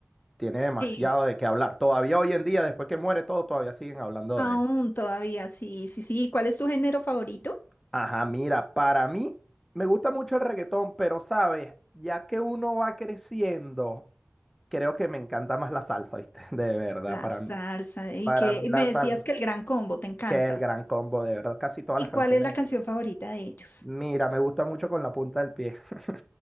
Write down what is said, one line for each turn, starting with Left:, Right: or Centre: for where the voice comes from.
Centre: tiene demasiado
Left: Sí,
Centre: de qué hablar. Todavía hoy en día, después que muere todo, todavía siguen hablando
Left: aún
Centre: de él.
Left: todavía, sí, sí, sí. ¿Y ¿Cuál es tu género favorito?
Centre: Ajá, mira, para mí me gusta mucho el reggaetón, pero sabes, ya que uno va creciendo, creo que me encanta más la salsa, ¿viste? <laughs> De verdad,
Left: La
Centre: para
Left: salsa,
Centre: mí,
Left: y
Centre: para
Left: que
Centre: mí
Left: y
Centre: la
Left: me
Centre: salsa,
Left: decías que el Gran Combo te encanta.
Centre: que el gran combo, de verdad, casi todas
Left: ¿Y
Centre: las canciones.
Left: cuál es la canción favorita de ellos?
Centre: Mira, me gusta mucho con la punta del pie. <laughs>